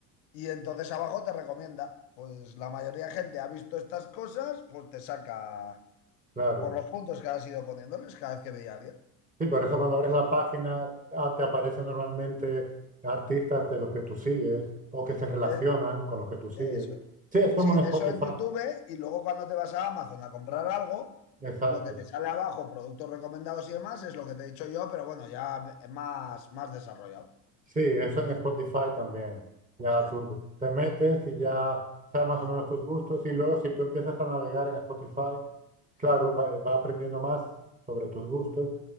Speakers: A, on the left; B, on the right.
A: y entonces abajo te recomienda. Pues la mayoría de gente ha visto estas cosas, pues te saca
B: claro.
A: por los puntos que has ido poniéndoles cada vez que veía a alguien.
B: Sí, por eso cuando abres la página, ah, te aparecen normalmente artistas de los que tú sigues o que se relacionan
A: Eh,
B: con los que tú sigues.
A: Eso es.
B: Sí, es como
A: Sí,
B: en
A: eso
B: Spotify.
A: en YouTube y luego cuando te vas a Amazon a comprar algo,
B: Exacto.
A: lo que te sale abajo, productos recomendados y demás, es lo que te he dicho yo, pero bueno, ya es más, más desarrollado.
B: Sí, eso en Spotify también. Ya
A: Sí.
B: tú te metes y ya sabes más
A: Mm,
B: o menos tus gustos y luego si tú empiezas a navegar en Spotify, claro,
A: mm,
B: va, va aprendiendo más sobre tus gustos.